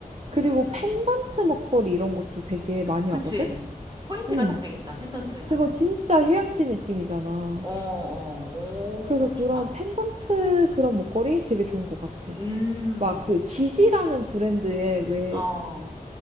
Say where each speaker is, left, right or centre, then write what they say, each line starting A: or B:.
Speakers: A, on the right; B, on the right.
A: 그리고
B: 음,
A: 펜던트 목걸이 이런 것도 되게 많이
B: 그치.
A: 하거든?
B: 포인트가
A: 응.
B: 딱 되겠다. 펜던트
A: 그거
B: 하면은.
A: 진짜 휴양지 느낌이잖아.
B: 어, 어, 오,
A: 그래서 그런
B: 좋다.
A: 펜던트 그런 목걸이 되게 좋은 것 같아.
B: 음,
A: 막 그 지지라는 브랜드의 왜
B: 어,